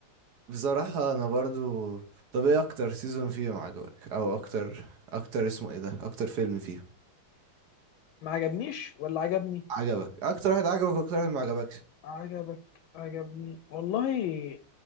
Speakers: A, on the right; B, on the left.
A: بصراحة انا برضو طب ايه اكتر سيزون فيهم عجبك او اكتر اكتر اسمه ايه ده اكتر فيلم فيهم
B: ما عجبنيش ولا عجبني
A: عجبك اكتر واحد عجبك واكتر واحد ما عجبكش
B: عجبك عجبني والله